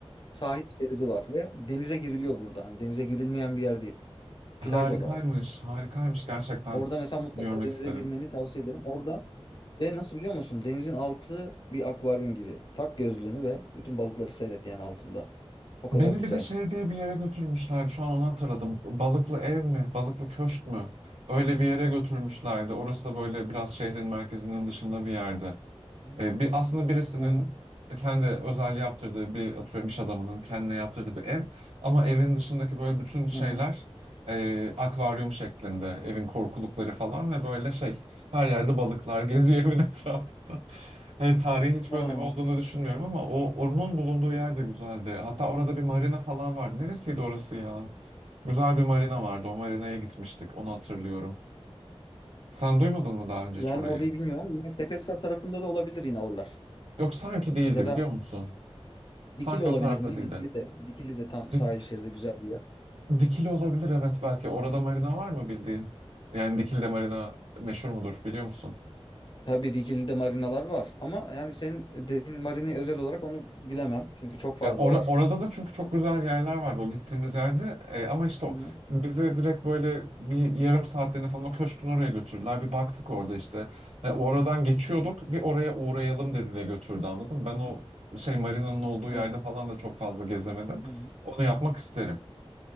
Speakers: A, on the left; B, on the right.
A: Sahil şeridi var ve denize giriliyor burada. Hani denize girilmeyen bir yer değil. Plaj
B: Harikaymış,
A: olarak.
B: harikaymış gerçekten
A: Orada mesela mutlaka
B: görmek
A: denize
B: isterim.
A: girmeni tavsiye ederim. Orada ve nasıl biliyor musun? Denizin altı bir akvaryum gibi. Tak gözlüğünü ve bütün balıkları seyret yani altında. O kadar
B: Beni
A: güzel.
B: bir de şey diye bir yere götürmüşlerdi. Şu an onu hatırladım. Balıklı ev mi? Balıklı köşk mü? Öyle bir yere götürmüşlerdi. Orası da böyle biraz şehrin merkezinin dışında bir yerde.
A: Hı
B: E, bir aslında birisinin
A: hı.
B: kendi özel yaptırdığı bir atıyorum iş adamının kendine yaptırdığı bir ev ama evin dışındaki böyle bütün şeyler
A: Hı hı.
B: e, akvaryum şeklinde evin korkulukları falan ve böyle şey her yerde balıklar geziyor <laughs> evin etrafında. Hani tarihi hiç
A: Aa.
B: önemi olduğunu düşünmüyorum ama o onun bulunduğu yer de güzeldi. Hatta orada bir marina falan vardı. Neresiydi orası ya? Güzel bir marina vardı. O marinaya gitmiştik. Onu hatırlıyorum. Sen duymadın mı daha önce hiç
A: Yani
B: orayı?
A: orayı bilmiyorum ama yine Seferihisar tarafında da olabilir yine oralar.
B: Yok sanki değildi
A: Ya
B: biliyor
A: da
B: musun? Sanki
A: Dikili olabilir
B: o tarafta
A: mi?
B: değildi.
A: Dikili de Dikili de tam
B: Dik,
A: sahil şeridi güzel bir yer.
B: Dikili olabilir evet belki. Orada marina var mı bildiğin? Yani Dikili'de marina meşhur mudur biliyor musun?
A: Tabii Rigil'de marinalar var ama yani senin dediğin marinayı özel olarak onu bilemem. Çünkü çok fazla
B: Ya ora-
A: var.
B: orada da çünkü çok güzel yerler vardı o gittiğimiz yerde. E, ama işte o,
A: Hı hı.
B: bizi direkt böyle bir yarım saatliğine falan o köşkün oraya götürdüler. Bir baktık orada işte. Ha, oradan geçiyorduk bir oraya uğrayalım dedi de götürdü anladın mı? Ben
A: Hı
B: o
A: hı.
B: şey marinanın olduğu yerde
A: Evet.
B: falan da çok fazla gezemedim.
A: Hı hı.
B: Onu yapmak isterim.